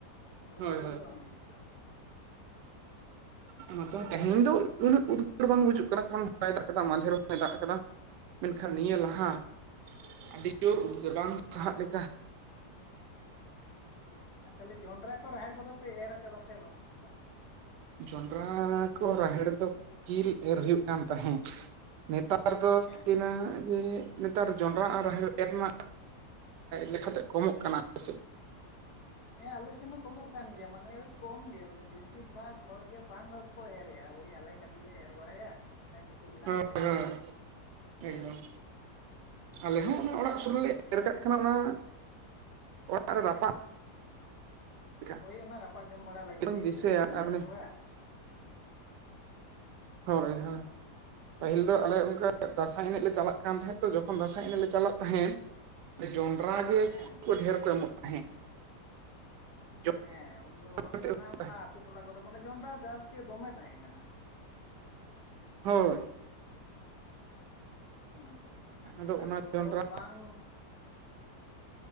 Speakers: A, on the left; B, on the right.
A: ᱩᱱᱟᱹᱜ
B: ᱦᱳᱭ
A: ᱩᱫᱽᱜᱟᱹᱨ ᱫᱚ ᱵᱟᱝ ᱵᱩᱡᱩᱜ ᱠᱟᱱᱟ
B: ᱦᱚᱭ ᱛᱮᱦᱮᱧ ᱫᱚ ᱩᱱᱟᱹᱜ ᱩᱫᱽᱜᱟᱹᱨ ᱵᱟᱝ ᱵᱩᱡᱩᱜ ᱠᱟᱱᱟ ᱠᱟᱨᱚᱱ ᱦᱚᱞᱟᱭ ᱫᱟᱜ ᱠᱟᱫᱟ ᱢᱟᱫᱷᱮᱨᱮ ᱦᱚᱸᱭ ᱫᱟᱜ ᱟᱠᱟᱫᱟ ᱢᱮᱱᱠᱷᱟᱱ ᱱᱤᱭᱟᱹ
A: ᱦᱩᱸ
B: ᱞᱟᱦᱟ ᱟᱹᱰᱤ ᱡᱳᱨ ᱩᱫᱜᱟᱨ ᱵᱟᱝ ᱥᱟᱦᱟᱜ ᱞᱮᱠᱟ
A: ᱦᱸ ᱟᱨ ᱛᱟᱦᱚᱞᱮ ᱡᱚᱱᱰᱨᱟ ᱠᱚ ᱨᱟᱦᱮᱲ ᱠᱚᱫᱚ ᱯᱮ ᱮᱨ ᱠᱟᱫᱟ ᱥᱮ ᱵᱟᱝ ᱵᱟ ᱵᱟ
B: ᱡᱚᱱᱰᱨᱟ ᱠᱚ ᱨᱟᱦᱮᱲ ᱫᱚ ᱯᱟᱦᱹᱤᱞ ᱮᱨ ᱦᱩᱭᱩᱜ ᱠᱟᱱ ᱛᱟᱦᱮᱸᱫ ᱱᱮᱛᱟᱨ ᱱᱮᱛᱟᱨ
A: ᱦᱮᱸ
B: ᱛᱤᱱᱟ ᱡᱮ ᱱᱮᱛᱟᱨ ᱡᱚᱸᱰᱨᱟ ᱟᱨ ᱨᱟᱦᱮ ᱮᱨᱢᱟᱠ ᱞᱮᱠᱟᱛᱮ ᱠᱚᱢᱚᱜ ᱠᱟᱱᱟᱥᱮᱫ
A: ᱦᱮᱸ ᱟᱞᱮ ᱥᱮᱱ ᱦᱚᱸ ᱠᱚᱢᱚᱜ ᱠᱟᱱ ᱜᱮᱭᱟ ᱢᱟᱱᱮ ᱳᱭ ᱠᱚᱢ ᱜᱮ ᱢᱟᱱᱮ ᱵᱮᱥ ᱵᱮᱥᱤᱨ ᱵᱷᱟᱜᱽ ᱦᱚᱲ ᱜᱮ ᱵᱟᱝ ᱜᱮᱠᱚ ᱮᱨᱜᱼᱟ ᱳᱭ ᱟᱞᱮ ᱠᱟᱹᱴᱤᱡ ᱞᱮ ᱮᱨ ᱵᱟᱲᱟᱭᱟ ᱚᱱᱠᱟ ᱠᱤᱪᱷᱩ ᱜᱮᱞᱟᱱ
B: ᱦᱳᱭ
A: ᱦᱚᱲ ᱠᱚ᱾
B: ᱦᱳᱭ ᱮᱠᱫᱚᱢ ᱟᱞᱮ ᱦᱚᱸ ᱚᱱᱮ ᱚᱲᱟᱜ ᱥᱩᱨ ᱨᱮᱞᱮ ᱮᱨ ᱠᱟᱜ ᱠᱟᱱᱟ ᱚᱱᱟ ᱚᱲᱟᱜ ᱨᱮ ᱨᱟᱯᱟᱜ ᱞᱮᱠᱟ
A: ᱦᱳᱭ ᱚᱱᱟ ᱨᱟᱯᱟᱜ ᱡᱚᱢ ᱵᱟᱲᱟ ᱞᱟᱹᱜᱤᱫ
B: ᱤᱧ
A: ᱜᱮ
B: ᱫᱤᱥᱟᱹᱭᱟ
A: ᱜᱤᱫᱽᱨᱟᱹ ᱠᱚ ᱢᱮᱱᱟᱜ
B: ᱟᱨ ᱢᱟᱱᱮ
A: ᱠᱚᱣᱟ᱾
B: ᱦᱳᱭ ᱦᱳᱭ ᱯᱟᱹᱦᱤᱞ ᱫᱚ ᱟᱞᱮ ᱚᱱᱠᱟ ᱫᱟᱥᱟᱸᱭ ᱮᱱᱮᱡ ᱞᱮ ᱪᱟᱞᱟᱜ ᱠᱟᱱ ᱛᱟᱦᱮᱸᱫ ᱛᱚ ᱡᱚᱠᱷᱚᱱ ᱫᱟᱸᱥᱟᱭ ᱮᱱᱮᱡ ᱞᱮ ᱪᱟᱞᱟᱜ ᱛᱟᱦᱮᱸᱫ ᱡᱚᱱᱰᱨᱟ ᱜᱮ
A: ᱦᱮᱸ
B: ᱰᱷᱮᱨ ᱠᱚ ᱮᱢᱚᱜ ᱛᱟᱦᱮᱸᱫ ᱡᱚᱢ
A: ᱦᱮᱸ ᱩᱱᱫᱚ
B: ᱠᱟᱛᱮᱫ
A: ᱥᱟᱱᱟᱢ
B: ᱛᱟᱦᱮᱸᱫ
A: ᱚᱱᱟ ᱟᱹᱛᱩ ᱴᱚᱞᱟ ᱠᱚᱨᱮ ᱢᱟᱱᱮ ᱡᱚᱱᱰᱨᱟ ᱪᱟᱥ ᱜᱮ ᱫᱚᱢᱮ ᱛᱟᱦᱮᱸ ᱠᱟᱱᱟ᱾
B: ᱦᱳᱭ
A: ᱦᱩᱸ ᱟᱨ ᱱᱮᱛᱟᱨ
B: ᱟᱫᱚ ᱚᱱᱟ
A: ᱫᱚ
B: ᱡᱚᱱᱰᱨᱟ
A: ᱵᱟᱝ